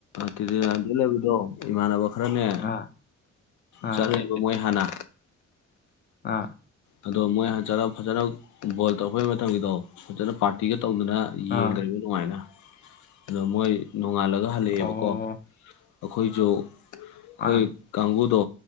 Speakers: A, on the left; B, on the left.
A: ꯇꯤꯗꯤꯗ ꯂꯩꯕꯤꯗꯣ ꯏꯃꯥꯟꯅꯕ ꯈꯔꯅꯦ
B: ꯑꯥ ꯑꯥ
A: ꯆꯠꯂꯦꯕ ꯃꯣꯏ ꯍꯥꯟꯅ
B: ꯑꯥ
A: ꯑꯗꯣ ꯃꯣꯏ ꯍꯟꯆꯠꯂ ꯐꯖꯅ ꯕꯣꯜ ꯇꯧꯔꯛꯄꯒꯤ ꯃꯇꯝꯗꯣ ꯐꯖꯅ ꯄꯥꯔꯇꯤꯒ ꯇꯧꯗꯨꯅ
B: ꯑꯥ
A: ꯌꯦꯡꯈ꯭ꯔꯤꯕ ꯅꯨꯡꯉꯥꯏꯅ ꯀꯩꯅꯣ ꯃꯣꯏ ꯅꯣꯡꯉꯥꯜꯂꯒ ꯍꯜꯂꯛꯑꯦꯕꯀꯣ
B: ꯑꯣ
A: ꯑꯩꯈꯣꯏꯁꯨ
B: ꯑꯥ
A: ꯍꯣꯏ ꯀꯥꯡꯪꯕꯨꯨꯗ